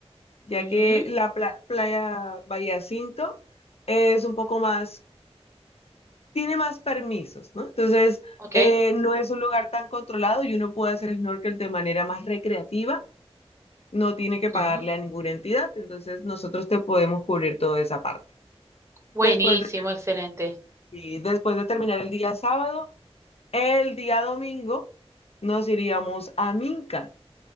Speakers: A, on the left (about 65°); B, on the right (about 25°).
A: ya
B: Ujú,
A: que la pla- playa Bahía Cinto es un poco más, tiene más permisos, ¿no? Entonces,
B: Ok.
A: eh, no es un lugar tan controlado y uno puede hacer snorkel de manera más recreativa, no tiene que pagarle
B: Ujú.
A: a ninguna entidad, entonces nosotros te podemos cubrir toda esa parte.
B: Buenísimo,
A: Después de,
B: excelente.
A: y después de terminar el día sábado, el día domingo nos iríamos a Minca.